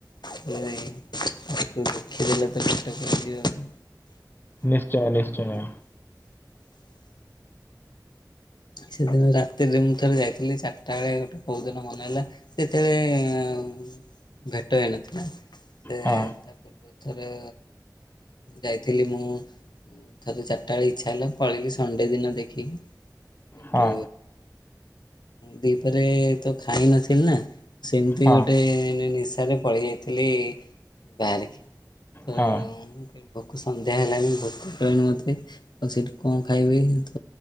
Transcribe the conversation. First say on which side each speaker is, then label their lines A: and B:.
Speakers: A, on the left; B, on the left.
A: ଥରେ ଦେଖିଦେଲେ ତ ପେଟ ପୁରିଯିବ ଆଉ।
B: ନିଶ୍ଚୟ ନିଶ୍ଚୟ।
A: ସେଦିନ ରାତିରେ ମୁଁ ଥରେ ଯାଇଥିଲି ଚାରିଟା ବେଳେ ଗୋଟେ କୋଉ ଦିନ ମନହେଲା। ସେତେବେଳେ ଭେଟ ହେଇନଥିଲା ସେ
B: ହଁ
A: ଥରେ ଯାଇଥିଲି ମୁଁ ଥର ଚାରିଟା ବେଳେ ଇଚ୍ଛା ହେଲା ପଳେଇଲି ସଣ୍ଡେ ଦିନ ଦେଖିକି। ସେଠୁ
B: ହଁ
A: ଦିପରେ ତ ଖାଇ ନଥିଲି ନା ସେମିତି
B: ହଁ
A: ଗୋଟେ ନିଶାରେ ପଳେଇ ଯାଇଥିଲି ବାହାରିକି। ତ
B: ହଁ
A: ଭୋକ ସନ୍ଧ୍ୟା ହେଲାଣି ଭୋକ ହେଳାଣି ମୋତେ ଆଉ ସେଠି କଣ ଖାଇବି ତ